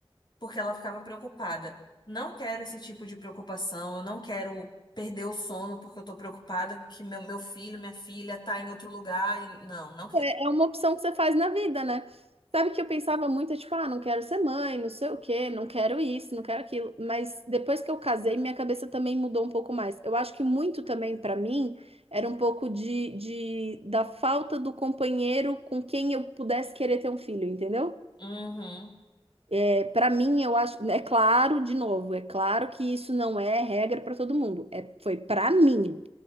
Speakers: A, on the left; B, on the right.
A: porque ela ficava preocupada. Não quero esse tipo de preocupação, eu não quero perder o sono porque eu tô preocupada que meu, meu filho, minha filha tá em outro lugar. e- Não, não quero.
B: É uma opção que você faz na vida, né? Sabe que eu pensava muito, tipo, ah, não quero ser mãe, não sei o quê, não quero isso, não quero aquilo. Mas depois que eu casei, minha cabeça também mudou um pouco mais. Eu acho que muito também pra mim era um pouco de, de da falta do companheiro com quem eu pudesse querer ter um filho, entendeu?
A: Uhum,
B: É, para mim, eu acho, é claro, de novo, é claro que isso não é regra pra todo mundo. É, foi pra mim.